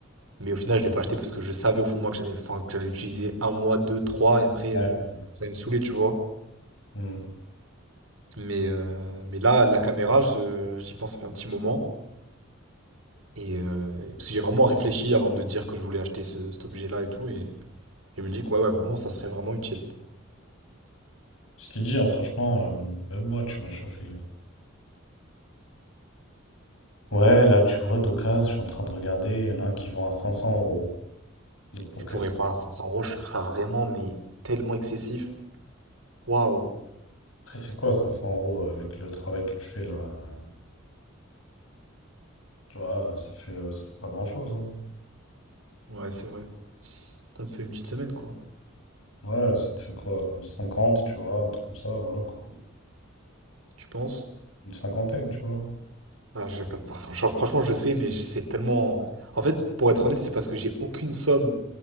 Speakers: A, on the right; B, on the left.
A: Mais au final, je l'ai pas acheté parce que je savais au fond de moi que j'allais, enfin, que j'allais l'utiliser un mois, deux, trois, et après,
B: Ouais.
A: euh, ça allait me saouler, tu vois.
B: Hmm.
A: Mais, euh, mais là, la caméra, je- j'y pense, ça fait un petit moment. Et, euh, parce que j'ai vraiment réfléchi avant de dire que je voulais acheter ce- cet objet-là et tout. Et, et je me dis que ouais, ouais, vraiment, ça serait vraiment utile.
B: Je t'ai dit, hein, franchement, euh, même moi, tu m'as chauffé. Ouais, là, tu vois, d'occasion, je suis en train de regarder. Il y en a un qui vend à 500 euros, le Pocket.
A: Je pourrais pas, 500 euros, je trouve ça vraiment, mais tellement excessif. Waouh!
B: Après, c'est quoi 500 euros euh, avec le travail que tu fais là? euh, Tu vois, euh, ça fait, euh, ça fait pas grand-chose. hein.
A: Ouais, c'est vrai. Ça me fait une petite semaine, quoi.
B: Ouais, ça te fait quoi? 50, tu vois, un truc comme ça, voilà quoi.
A: Tu penses?
B: Une cinquantaine, tu vois.
A: Ah, je peux pas. <laughs> Genre, franchement, je sais, mais je- c'est tellement. En fait, pour être honnête, c'est parce que j'ai aucune somme